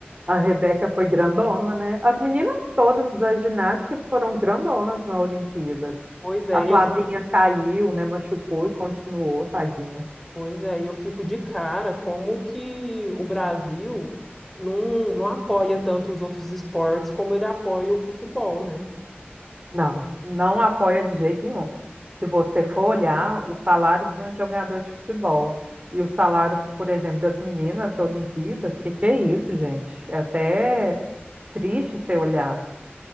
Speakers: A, on the right; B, in the centre.
A: A Rebeca foi grandona, né? As meninas todas da ginástica foram grandonas na Olimpíadas.
B: Pois é,
A: A Flavinha
B: e eu fico,
A: caiu, né? Machucou e continuou, tadinha.
B: Pois é, e eu fico de cara como que o Brasil não, não apoia tanto os outros esportes como ele apoia o futebol, né?
A: Não, não apoia de jeito nenhum. Se você for olhar o salário de um jogador de futebol e o salário, por exemplo, das meninas da Olimpíadas, que que é isso, gente? É até triste você olhar.